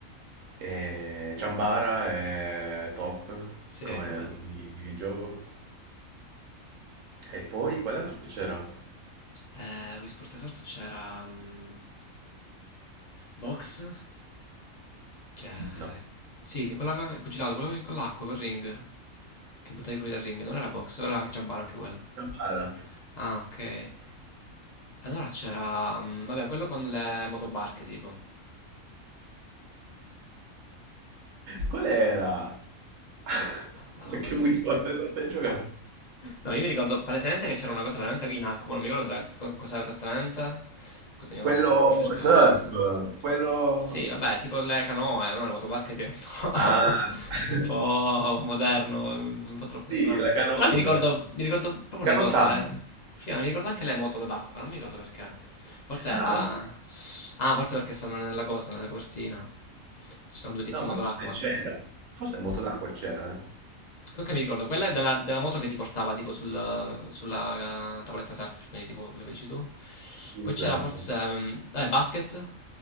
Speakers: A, on the right (about 70°); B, on the left (about 35°).
A: E Ciambara è top
B: sì,
A: come
B: è vero.
A: mini- minigioco. E poi quale altro c'era?
B: Eh, Wii Sport Resort c'era mm, Box, che...
A: No,
B: Sì, di quella, co- il pugilato, quello con- con l'acqua, col ring, che buttavi fuori dal ring. Non era Box, ora era anche Giambaro, anche quello.
A: Ciambara.
B: Ah, ok. Allora c'era, mm, vabbè, quello con le motobarche tipo.
A: Qual era? <laughs>
B: Madonna,
A: Ma che
B: mm,
A: Wii Sport Resort hai giocato?
B: No, io mi ricordo palesemente che c'era una cosa veramente in acqua, ma non mi ricordo se era- cos'era esattamente. Scusa, mia
A: Quello
B: mamma, fammi cercare,
A: surf,
B: scusa.
A: quello...
B: Sì, vabbè, tipo le canoe, no, le motobarche sì, è un po',
A: Ah,
B: <laughs>
A: <laughs>
B: un po' moderno, un po' troppo
A: sì,
B: strano.
A: la canoa,
B: Però mi ricordo,
A: la-
B: mi ricordo proprio
A: canottaggio.
B: le cose, le... Sì, ma mi ricordo anche le moto d'acqua, non mi ricordo perché. Forse
A: Ah,
B: è la...
A: ma,
B: Ah, forse perché stanno nella cosa, nella copertina. Ci sono due tizi
A: no,
B: in
A: ma
B: moto
A: forse
B: d'acqua, ma...
A: c'era,
B: se-
A: forse a moto d'acqua c'era, eh?
B: Comunque mi ricordo, quella della, della moto che ti portava tipo sul- sulla eh, tavoletta surf, quindi tipo quello che dici tu.
A: Windsurf.
B: Poi c'era forse, ehm, vabbè, basket,